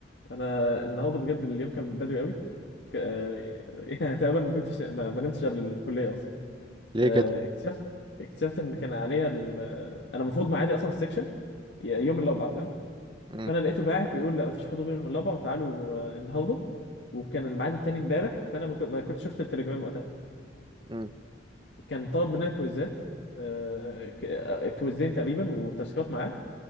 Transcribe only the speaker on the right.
ليه
كده
امم
امم